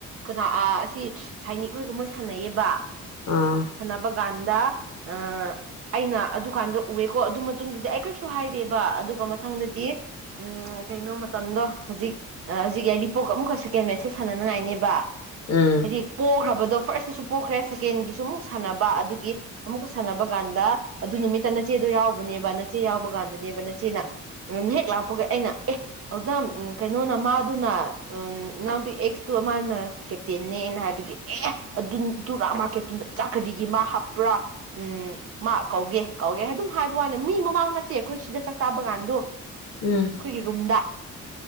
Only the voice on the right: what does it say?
ꯀꯅꯥ ꯑꯁꯤ ꯁꯥꯏꯅꯤꯛ ꯍꯣꯏꯒ ꯃꯣꯏ ꯁꯥꯟꯅꯩꯌꯦꯕ
ꯁꯥꯟꯅꯕ ꯀꯥꯟꯗ ꯑꯥ ꯑꯩꯅ ꯑꯗꯨꯀꯥꯟꯗ ꯎꯑꯦꯀꯣ ꯑꯗꯨ ꯃꯇꯨꯡꯗꯗꯤ ꯑꯩ ꯀꯩꯁꯨ ꯍꯥꯏꯔꯦꯕ ꯑꯗꯨꯒ ꯃꯊꯪꯗꯗꯤ ꯎꯝ ꯀꯩꯅꯣ ꯃꯇꯝꯗꯣ ꯍꯧꯖꯤꯛ ꯍꯧꯖꯤꯛ ꯌꯥꯏꯔꯤꯄꯣꯛ ꯑꯃꯨꯛꯀ ꯁꯦꯀꯦꯟ ꯃꯦꯠꯁ ꯁꯦ ꯁꯥꯟꯅꯅꯉꯥꯏꯅꯦꯕ
ꯍꯥꯏꯗꯤ ꯄꯣꯈ꯭ꯔꯕ- ꯑꯗꯣ ꯐꯥꯔꯁꯇꯁꯨ ꯄꯣꯈ꯭ꯔꯦ ꯁꯦꯀꯦꯟꯒꯤꯁꯨ ꯑꯃꯨꯛ ꯁꯥꯟꯅꯕ ꯑꯗꯨꯒꯤ ꯑꯃꯨꯛꯀ ꯁꯥꯟꯅꯕ ꯀꯥꯟꯗ ꯑꯗꯨ ꯅꯨꯃꯤꯠꯇ ꯅꯆꯦꯗꯣ ꯌꯥꯎꯕꯅꯦꯕ ꯅꯆꯦ ꯌꯥꯎꯕ ꯀꯥꯟꯗꯅꯦꯕ ꯅꯆꯦꯅ ꯎꯝ ꯍꯦꯛ ꯂꯥꯛꯄꯒ ꯑꯩꯅ ꯑꯦ ꯑꯗꯨꯗ ꯎꯝ ꯀꯩꯅꯣꯅ ꯃꯥꯗꯨꯅ ꯎꯝ <unintelligible> ꯑꯦꯛꯁꯇꯨ ꯃꯥꯅ ꯀꯦꯞꯇꯦꯟꯅꯦ ꯑꯩꯅ ꯍꯥꯏꯕꯒꯤ ꯑꯦ ꯑꯗꯨ ꯑꯗꯨꯔ ꯃꯥ ꯀꯦꯞꯇꯦꯟꯗꯨ ꯑꯆꯥ ꯀꯔꯤꯒꯤ ꯃꯥ ꯍꯥꯞꯄ꯭ꯔꯥ ꯎꯝ ꯃꯥ ꯀꯧꯒꯦ ꯀꯧꯒꯦ ꯍꯥꯏ ꯑꯗꯨꯝ ꯍꯥꯏꯕ ꯋꯥꯅꯤ ꯃꯤ ꯃꯃꯥꯡ ꯅꯠꯇꯦ ꯑꯩꯈꯣꯏ ꯁꯤꯗ ꯆꯥꯛ ꯆꯥꯕ ꯀꯥꯟꯗꯣ ꯑꯩꯈꯣꯏꯒꯤ
ꯔꯨꯝꯗ